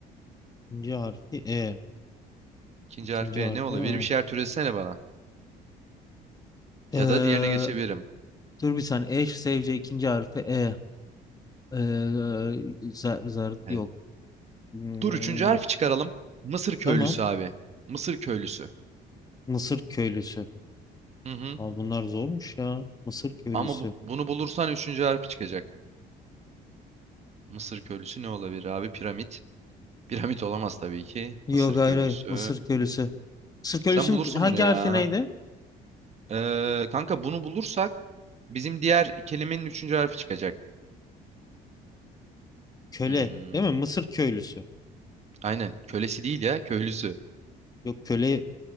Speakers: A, on the left; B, on the right.
A: İkinci harfi E.
B: İkinci
A: İkinci
B: harfi E
A: harfi
B: ne olabilir?
A: E.
B: Bir şeyler türesene bana.
A: Ee,
B: Ya da diğerine geçebilirim.
A: dur bir saniye. E sevce ikinci harfi E. Ee, zar, zar
B: Evet.
A: yok. Hmm,
B: Dur üçüncü harfi çıkaralım. Mısır köylüsü
A: tamam.
B: abi. Mısır köylüsü.
A: Mısır köylüsü.
B: Hı hı.
A: Abi bunlar zormuş ya. Mısır köylüsü.
B: Ama bu- bunu bulursan üçüncü harfi çıkacak. Mısır köylüsü ne olabilir abi? Piramit. Piramit olamaz tabii ki. Mısır
A: Yok hayır
B: köylüsü.
A: hayır. Mısır köylüsü. Mısır köylüsünün
B: Sen bulursun
A: ki- hangi
B: bunu ya.
A: harfi neydi?
B: Ee, kanka bunu bulursak bizim diğer kelimenin üçüncü harfi çıkacak.
A: Köle.
B: Hmm,
A: Değil mi? Mısır köylüsü.
B: Aynen. Kölesi değil ya. Köylüsü.
A: Yok köle.